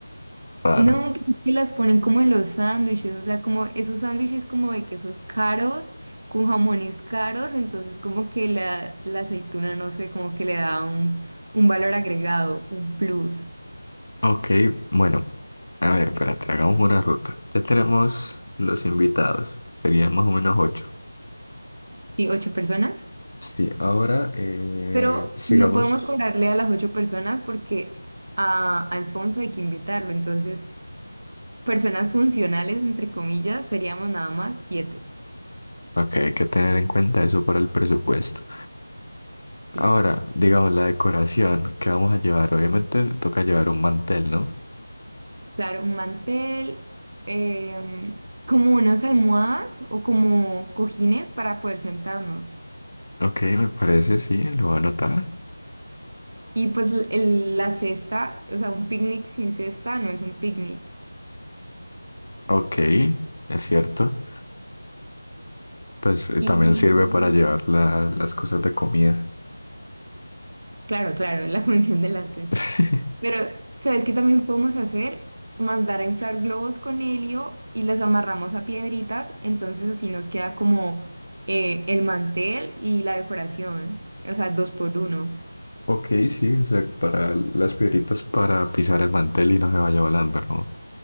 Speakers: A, on the left (about 55°); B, on the right (about 50°).
A: raro.
B: No, pero es que las ponen como en los sándwiches, o sea, como esos sándwiches como de quesos caros, con jamones caros, entonces como que la, la aceituna, no sé, como que le da un, un valor agregado, un plus.
A: Ok, bueno, a ver, espérate, hagamos una ruta. Ya tenemos los invitados, serían más o menos ocho.
B: Sí, ocho personas,
A: Sí, ahora eh,
B: pero
A: sigamos.
B: no podemos cobrarle a las ocho personas porque a Alfonso hay que invitarlo. Entonces, personas funcionales, entre comillas, seríamos nada más siete.
A: Ok, hay que tener en cuenta eso para el presupuesto.
B: Sí,
A: Ahora, digamos la decoración que vamos a llevar. Obviamente toca llevar un mantel, ¿no?
B: claro, un mantel, em, como unas almohadas o como cojines para poder sentarnos.
A: Ok, me parece, sí, lo voy a anotar.
B: Y pues l- el- la cesta, o sea, un picnic sin cesta no es un picnic.
A: Ok, es cierto. Pues eh,
B: Y
A: también sirve para llevar la- las cosas de comida.
B: claro, claro, la <laughs> función de la cesta.
A: <laughs>
B: Pero, ¿sabes qué también podemos hacer? Mandar a inflar globos con helio y los amarramos a piedritas, entonces así nos queda como eh, el mantel y la decoración, o sea, dos por uno.
A: Ok, sí, o sea, para las piedritas. Para pisar el mantel y no se vaya volando, ¿no?